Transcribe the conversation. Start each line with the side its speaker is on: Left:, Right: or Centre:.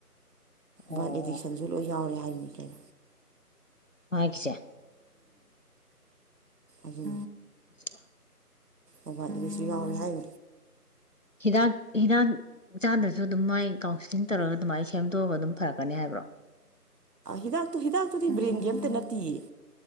Left: ꯑꯣ
Right: ꯕꯥꯏꯜ ꯑꯦꯗꯤꯛꯁꯟꯁꯨ ꯂꯣꯏ ꯌꯥꯎꯔꯦ ꯍꯥꯏꯅꯤ <unintelligible>
Left: ꯃ ꯀ ꯆꯦ
Right: ꯑꯗꯨ
Left: ꯑ
Right: ꯑꯣꯕꯥ ꯁ ꯌꯥꯥꯎ ꯌꯥꯏ
Left: ꯍꯤꯗꯥꯛ ꯍꯤꯗꯥꯛ ꯆꯥꯗ꯭ꯔꯁꯨ ꯑꯗꯨꯝ ꯃꯥꯏ ꯀꯥꯎꯟꯁꯤꯂꯤꯡ ꯇꯧꯔꯒ ꯑꯗꯨꯃꯥꯏꯅ ꯁꯦꯝꯗꯣꯛꯑꯒ ꯑꯗꯨꯝ ꯐꯔꯛꯀꯅꯤ ꯍꯥꯏꯕ꯭ꯔꯣ
Right: ꯍꯤꯗꯥꯛꯇꯨ ꯍꯤꯗꯥꯛꯇꯨꯗꯤ ꯕ꯭ꯔꯦꯟꯒꯤ ꯑ ꯑꯃꯇ ꯅꯠꯇꯤꯌꯦ